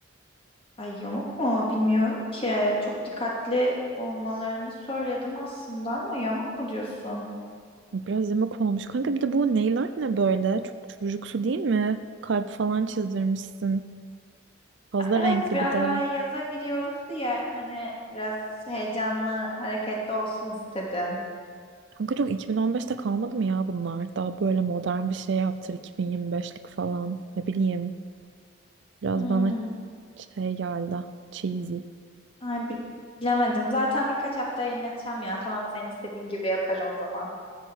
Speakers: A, on the left (about 25°); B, on the right (about 55°).
A: Ay yamuk mu bilmiyorum ki çok dikkatli olmalarını söyledim aslında ama yamuk mu diyorsun?
B: Biraz yemek olmuş. Kanka bir de bu nail art ne böyle? Çok çocuksu değil mi? Kalp falan çizdirmişsin. Fazla
A: Evet
B: renkli
A: biraz
B: bir de.
A: böyle yaza giriyoruz diye hani biraz heyecanlı hareketli olsun istedim.
B: Kanka çok 2015'te kalmadı mı ya bunlar? Daha böyle modern bir şey yaptır 2025'lik falan. Ne bileyim. Biraz
A: Hmm,
B: bana şey geldi. Cheesy.
A: ay bi- bilemedim zaten birkaç hafta yenileteceğim ya tamam senin istediğin gibi yaparım o zaman.